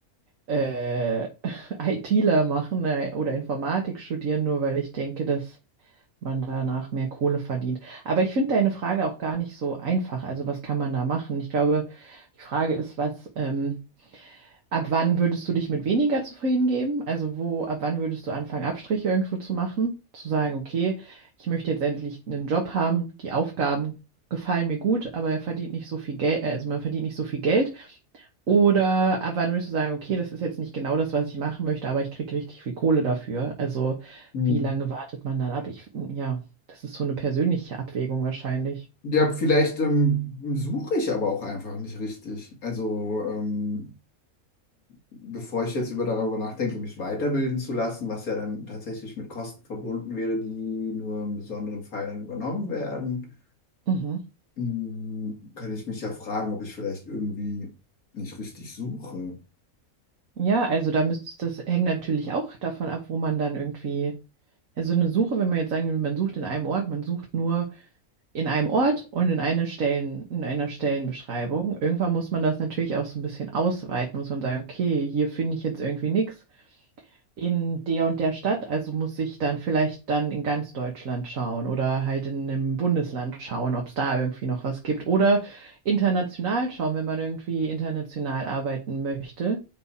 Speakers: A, on the right; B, on the left.
A: äh, <laughs> ITler machen äh, oder Informatik studieren, nur weil ich denke, dass man danach mehr Kohle verdient. Aber ich finde deine Frage auch gar nicht so einfach. Also was kann man da machen? Ich glaube, die Frage ist, was ähm, Ab wann würdest du dich mit weniger zufrieden geben? Also wo, ab wann würdest du anfangen, Abstriche irgendwo zu machen? Zu sagen, okay, ich möchte jetzt endlich einen Job haben, die Aufgaben gefallen mir gut, aber er verdient nicht so viel Geld, also man verdient nicht so viel Geld. Oder ab wann würdest du sagen, okay, das ist jetzt nicht genau das, was ich machen möchte, aber ich kriege richtig viel Kohle dafür. Also
B: Hm.
A: wie lange wartet man dann ab? Ich, ja, das ist so eine persönliche Abwägung wahrscheinlich.
B: Ja, vielleicht ähm, suche ich aber auch einfach nicht richtig. Also ähm, bevor ich jetzt über darüber nachdenke, mich weiterbilden zu lassen, was ja dann tatsächlich mit Kosten verbunden wäre, die nur im besonderen Fall dann übernommen werden.
A: Mhm.
B: Hm, Könnte ich mich ja fragen, ob ich vielleicht irgendwie nicht richtig suche.
A: Ja, also da müsst, das hängt natürlich auch davon ab, wo man dann irgendwie, also eine Suche, wenn man jetzt sagen will, man sucht in einem Ort, man sucht nur in einem Ort und in eine Stellen, in einer Stellenbeschreibung. Irgendwann muss man das natürlich auch so ein bisschen ausweiten, muss man sagen, okay, hier finde ich jetzt irgendwie nichts in der und der Stadt, also muss ich dann vielleicht dann in ganz Deutschland schauen oder halt in einem Bundesland schauen, ob es da irgendwie noch was gibt oder international schauen, wenn man irgendwie international arbeiten möchte,